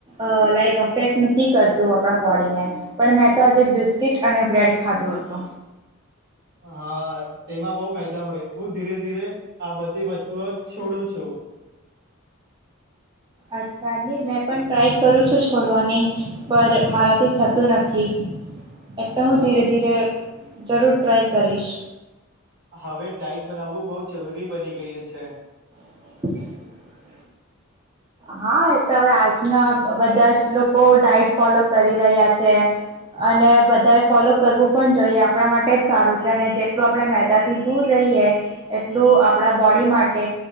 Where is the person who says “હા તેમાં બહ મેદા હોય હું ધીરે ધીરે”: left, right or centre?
Right